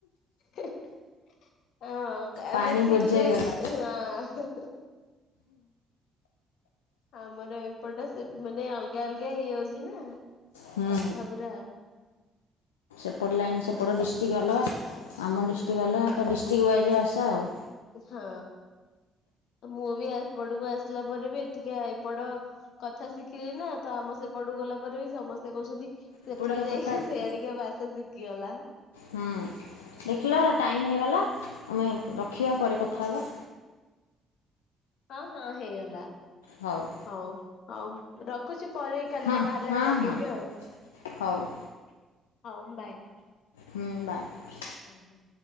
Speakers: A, on the left; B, on the left.
A: <unintelligible> ହଁ ଆମେ
B: ପାଣି
A: ଥିଲୁ
B: ବୋଝେଇ ହେଇଗଲା
A: ହଁ। ଆମର ଏପଟେ ସେ ମାନେ ଅଲଗା ଅଲଗା ହେଇଯାଉଛି ନା।
B: ହୁଁ
A: କଥା ପୁରା।
B: ସେପଟ ଲାଇନ୍ ସେପଟ ଡିଷ୍ଟ୍ରିକ୍ଟ ଅଲଗା ଆମ ଡିଷ୍ଟ୍ରିକ୍ ଅଲଗା ତ ଡିଷ୍ଟ୍ରିକ୍ ୱାଇଜ୍ ଭାଷା ଆଉ।
A: ହଁ। ମୁଁ ବି ଏପଟକୁ ଆସିଲା ପରେ ବି ଏଠିକା ଏପଟ କଥା ଶିଖିଲି ନା ତ ଆମ ସେପଟ କୁ ଗଲା ପରେ ବି ସମସ୍ତେ କୋହୁଚନ୍ତି ସେଠିକି
B: ଏପଟେ
A: ଯାଇକି
B: କଥା
A: ସିଆଡିକା ଭାଷା ଶିଖିଗଲା।
B: ହୁଁ ଦେଖିଲ ଟାଇମ୍ ହେଇଗଲା। ଆମେ ରଖିବା ପରେ କଥା ହବା।
A: ହଁ ହଁ ହେଇଗଲା
B: ହଉ
A: ହୋଉ ହୋଉ ରଖୁଚି ପରେ କାଲି
B: ହଁ
A: ବାହାରିଲା
B: ହଁ
A: ବେଳେ ଲଗେଇବି
B: ହଁ
A: ଆଉ
B: ହଉ
A: ହୋଉ ବାଏ।
B: ହୁଁ ବାଏ।
A: ଆ ହୋଉ।